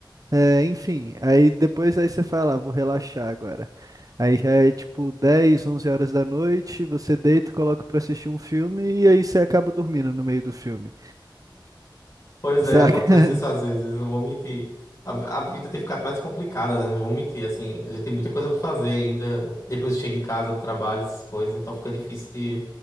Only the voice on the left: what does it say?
Pois
é, acontece isso
às vezes, não vou mentir. A, a vida tem ficado mais complicada, né? Não vou mentir, assim, a gente tem muita coisa pra fazer ainda. Depois chega em casa, trabalho, essas coisas, então fica difícil de,